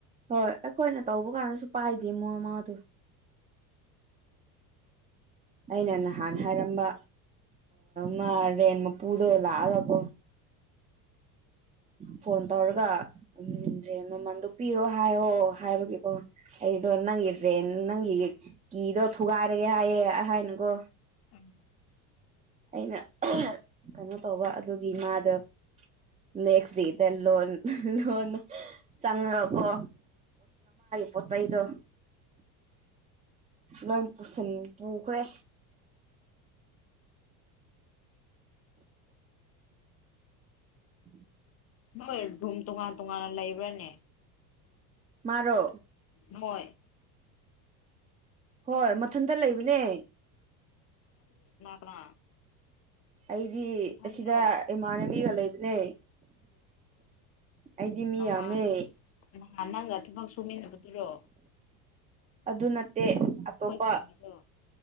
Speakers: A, on the right; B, on the left.
A: ꯍꯣꯏ ꯑꯩꯈꯣꯏꯅ ꯇꯧꯕ ꯀꯥꯟꯗꯁꯨ ꯄꯥꯏꯗꯦ ꯃꯣꯏꯃꯗ ꯑꯩꯅ ꯅꯍꯥꯟ ꯍꯥꯏꯔꯝꯕ ꯃꯔ ꯔꯦꯟ ꯃꯄꯨꯗꯣ ꯂꯥꯛꯑꯒꯀꯣ ꯐꯣꯟ ꯇꯧꯔꯒꯗ꯭ꯔꯦ ꯃꯃꯜꯗꯨ ꯄꯄꯤꯔꯣ ꯍꯥꯏꯌꯣ ꯍꯥꯏꯕꯒꯤꯀꯣ ꯑꯩꯗꯣ ꯅꯪꯒꯤ ꯗ꯭ꯔꯦꯟ ꯅꯪꯒꯤ ꯀꯤꯗꯣ ꯊꯨꯒꯥꯏꯔꯒꯦ ꯍꯥꯏꯌꯦꯦ ꯍꯥꯏꯅꯀꯣ
B: ꯑꯝ
A: ꯑꯩꯅ ꯀꯩꯅꯣ ꯇꯧꯕ ꯑꯗꯨꯒꯤ ꯏ ꯃꯥꯗꯣ ꯅꯦꯛꯁ ꯗ ꯂꯣꯟ ꯂꯣꯟꯣꯟ ꯆꯀꯣ ꯄꯆꯥꯏꯗ ꯂꯣꯏ ꯄꯨꯁꯤꯟ ꯄꯨꯈ꯭ꯔꯦ ꯎꯝ
B: ꯍꯣꯏ ꯨꯝ ꯇꯣꯉꯥꯟ ꯇꯣꯉꯥꯟꯅ ꯂꯩꯕ꯭ꯔꯥꯅꯦ
A: ꯃꯥꯔꯣ
B: ꯅꯣꯏ ꯅꯟꯅꯥ
A: ꯍꯣꯏ ꯃꯊꯟꯇ ꯂꯩꯕꯅꯦ
B: ꯀꯅꯥ
A: ꯑꯩꯗꯤ
B: ꯅꯊꯟꯗ꯭ꯔꯣ
A: ꯑꯁꯤꯗ ꯏꯃꯥꯟꯅꯕꯤꯒ ꯂꯩꯕꯅꯦ ꯑꯩꯗꯤ ꯃꯤ ꯌꯥꯝꯃꯦ
B: ꯍ ꯎꯝ ꯅꯥꯟ ꯅꯥꯟ ꯅꯪꯒ ꯊꯕꯛ ꯁꯨꯃꯤꯟꯅꯕꯗꯨꯔꯣ
A: ꯑꯗꯨ ꯅꯠꯇꯦ
B: ꯑꯩꯈꯣꯏ
A: ꯑꯇꯣꯞꯄ
B: ꯈꯨꯟꯒꯤꯗꯣ